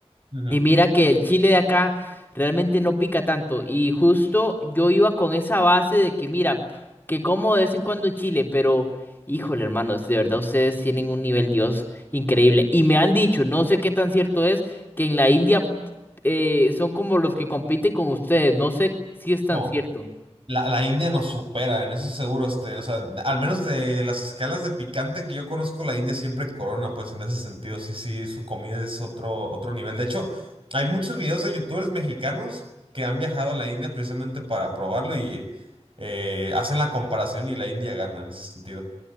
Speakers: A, on the right (about 50°); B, on the left (about 20°).
A: Ujú.
B: Y mira que el chile de acá realmente no pica tanto. Y justo yo iba con esa base de que, mira, que como de vez en cuando chile, pero híjole, hermanos, de verdad ustedes tienen un nivel Dios increíble. Y me han dicho, no sé qué tan cierto es, que en la India eh, son como los que compiten con ustedes. No sé si es tan
A: No.
B: cierto.
A: La, la India nos supera, en eso seguro, este, o sea, al menos de las escalas de picante que yo conozco, la India siempre corona, pues en ese sentido, sí, sí, su comida es otro, otro nivel. De hecho, hay muchos videos de youtubers mexicanos que han viajado a la India precisamente para probarlo y eh, hacen la comparación y la India gana en ese sentido.